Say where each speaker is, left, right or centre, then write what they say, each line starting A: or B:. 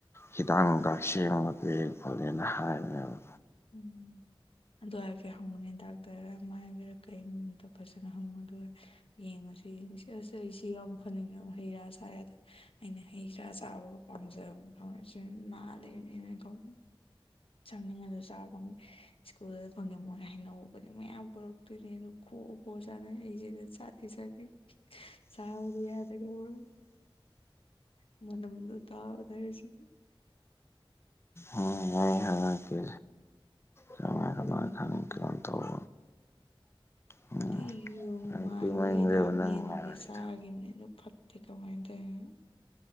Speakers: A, on the left; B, on the left.
A: ꯍꯤꯗꯥꯛ ꯅꯨꯡꯗꯥꯛ ꯁꯦꯝꯃꯒ ꯄꯤ ꯈꯣꯠꯂꯦꯅ ꯍꯥꯏꯕꯅꯦꯕ
B: ꯎꯝ ꯑꯗꯨ ꯍꯥꯏꯐꯠ ꯍꯪꯉꯨꯅꯦ ꯗꯥꯛꯇꯔꯔꯥ ꯃꯥꯏꯕꯔ ꯀꯩꯅꯣꯗꯣ ꯐꯖꯅ ꯍꯪꯉꯣꯗꯨꯒ ꯌꯦꯡꯉꯁꯨ ꯌꯦꯡꯁꯤ ꯑꯁ ꯑꯩꯁꯤ ꯌꯥꯝ ꯐꯅꯤꯡꯉꯦ ꯍꯩ ꯔꯥ ꯁꯥꯏꯌꯥꯗꯦ ꯑꯩꯅ ꯍꯩ ꯆꯥ ꯆꯥꯕꯒ ꯄꯥꯝꯖꯕꯅꯦ ꯈꯧꯅꯥꯎꯁꯦ ꯅꯥ ꯂꯩꯕꯅꯤꯅ ꯈꯧ ꯆꯅꯤꯡꯉꯒꯁꯨ ꯆꯥ ꯐꯪ ꯏꯁ꯭ꯀꯨꯜꯗ ꯐꯪꯉꯦ ꯃꯣꯏ ꯍꯥꯏꯅꯧꯒꯗꯤ ꯃꯌꯥꯝ ꯄꯨꯔꯛꯇꯣꯏꯅꯦ ꯑꯗꯨ ꯈꯣ ꯈꯣ ꯆꯥꯅ ꯑꯩ ꯖꯤꯅ ꯆꯥꯗꯤ ꯆꯅꯤꯡ ꯆꯕꯗꯤ ꯌꯥꯗꯒꯩ <unintelligible> ꯃꯅꯝꯗꯨ ꯇꯥꯕꯗ ꯍꯥꯏꯁꯤ
A: ꯎꯝ ꯑꯩ ꯍꯪꯉꯛꯀꯦ
B: <unintelligible>
A: ꯀꯃꯥꯏ ꯀꯃꯥꯏ ꯈꯪꯉꯤ ꯀꯩꯅꯣ ꯇꯧꯕ ꯎꯝ
B: ꯑꯩꯁꯨ ꯃꯥꯏꯕꯒꯤ
A: ꯀꯨꯏꯃꯟꯈ꯭ꯔꯦꯕ
B: ꯍꯤꯗꯥꯛꯅꯦꯅꯗꯤ
A: ꯅꯪ ꯉꯥꯏꯔꯤꯗꯣ
B: ꯆꯥꯒꯤꯝꯅꯦ ꯑꯗꯨ ꯐꯠꯇꯦ ꯀꯃꯥꯏ ꯇꯧꯏꯅꯣ